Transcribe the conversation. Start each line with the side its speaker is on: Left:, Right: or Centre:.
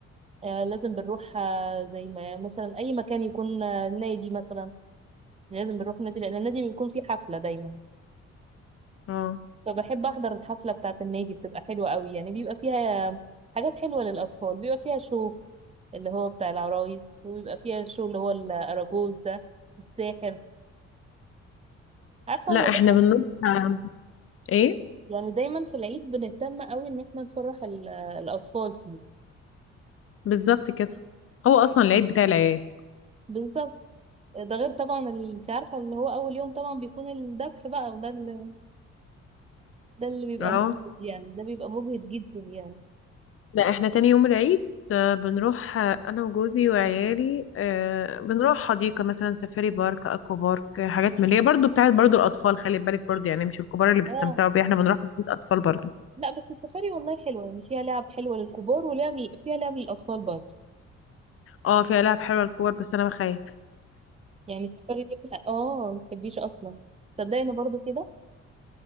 Right: آه لازم بنروح آه زي ما مثلا اي مكان يكون آه نادي مثلا لازم بنروح نادي لان النادي بيكون فيه حفلة دايما
Left: اه
Right: فبحب احضر الحفلة بتاعة النادي بتبقى حلوة قوي يعني بيبقى فيها حاجات حلوة للأطفال بيبقى فيها شو اللي هو بتاع العرايس ويبقى فيها الشو اللي هو الأراجوز ده والساحر عارفة
Left: لا
Right: هو ده
Left: احنا بنروح آه، ايه
Right: يعني دايما في العيد بنهتم قوي ان احنا نفرح ال- الأطفال فيه
Left: بالظبط كده هو اصلا العيد بتاع العيال
Right: بالظبط ده غير طبعا اللي انت عارفة اللي هو أول يوم طبعا بيكون الذبح بقى وده اللي ده اللي بيبقى
Left: اه
Right: مجهد يعني ده بيبقى مجهد جدا يعني
Left: لا احنا تاني يوم العيد آه، بنروح آه، انا وجوزي وعيالي آه، بنروح حديقة مثلا سفاري بارك اكوا بارك آه، حاجات من اللي هي برضو بتاعت برضو الاطفال خلي بالك برضو يعني مش الكبار اللي بيستمتعوا
Right: اه
Left: بيها احنا بنروح بيت اطفال برضو
Right: لا بس السفاري والله حلوة يعني فيها لعب حلوة للكبار ولعب فيها لعب للأطفال برضه
Left: اه فيها لعب حلوة للكبار بس انا بخاف
Right: يعني السفاري دي بتاع- اه ما بتحبيش أصلا صدقني برضه كده